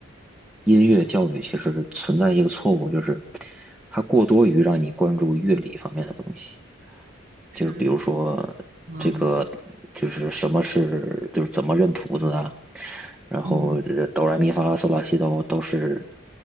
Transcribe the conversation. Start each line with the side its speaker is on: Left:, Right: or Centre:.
Centre: 音乐教育其实是存在一个错误，就是它过多于让你关注乐理方面的东西，
Right: 是
Centre: 就是比如说这个就是什么是就是怎么认谱子啊，
Right: 啊，
Centre: 然后这哆来咪发嗦拉西哆都是，
Right: 嗯